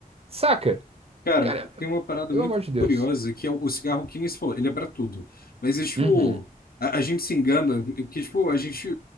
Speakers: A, on the right (about 40°); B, on the left (about 80°).
A: Saca?
B: Cara,
A: Cara,
B: tem uma parada
A: pelo
B: muito
A: amor de Deus.
B: curiosa que é o o cigarro que nem se falou, ele é pra tudo. Mas é tipo,
A: Uhum,
B: a, a gente se engana, porque tipo, a gente.